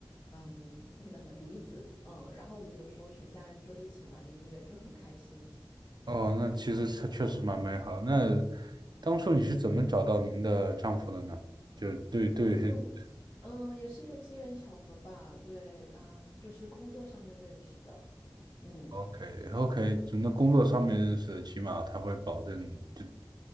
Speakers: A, on the left; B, on the right.
A: 嗯，那个叫什么笛子，嗯，然后我们有时候全家人就一起玩音乐，就很开心，
B: 哦，那其实它确实蛮美好。那当初你是怎么找到您的丈夫的呢？就对对 <laughs>
A: 就嗯，也是一个机缘巧合吧，对啊，就是工作上面认识的，嗯，
B: ，OK OK，从那工作上面认识，起码他会保证这